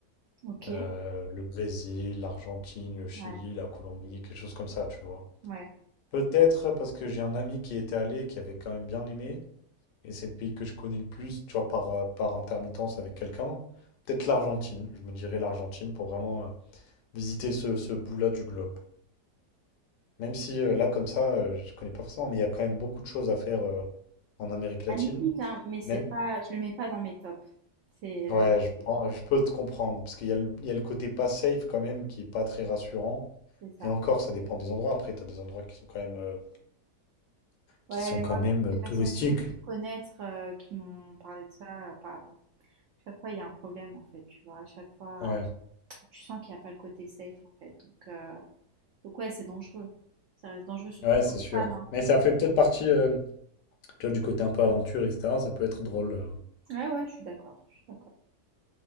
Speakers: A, on the right; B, on the left.
A: Ok,
B: Euh, le Brésil, l'Argentine, le Chili,
A: ouais,
B: la Colombie, quelque chose comme ça, tu vois.
A: ouais.
B: Peut-être parce que j'ai un ami qui était allé, qui avait quand même bien aimé, et c'est le pays que je connais le plus, tu vois, par, euh, par intermittence avec quelqu'un. Peut-être l'Argentine, je me dirais l'Argentine pour vraiment euh, visiter ce, ce bout-là du globe. Même si euh, là, comme ça, euh, je connais pas forcément, mais il y a quand même beaucoup de choses à faire euh, en Amérique latine.
A: Magnifique, hein, mais c'est
B: Même,
A: pas, je le mets pas dans mes tops. C'est
B: Ouais,
A: la magnifique.
B: je, prends- je peux te comprendre, parce qu'il y a le, il y a le côté pas safe quand même qui est pas très rassurant.
A: C'est ça.
B: Et encore, ça dépend des endroits. Après, tu as des endroits qui sont quand même, euh,
A: Ouais,
B: qui sont
A: mais
B: quand
A: moi,
B: même
A: toutes
B: euh,
A: les
B: touristiques.
A: personnes que j'ai pu connaître euh, qui m'ont parlé de ça, euh, pas avant. Chaque fois, il y a un problème, en fait, tu vois. À chaque fois,
B: Ouais,
A: euh, tu sens qu'il n'y a pas le côté safe, en fait. Donc, euh, donc ouais, c'est dangereux. Ça reste dangereux, surtout
B: ouais, c'est
A: pour une
B: sûr.
A: femme. hein.
B: Mais ça fait peut-être partie, euh, tu vois, du côté un peu aventure, etc. Ça peut être drôle. euh.
A: Ouais, ouais, je suis d'accord, je suis d'accord.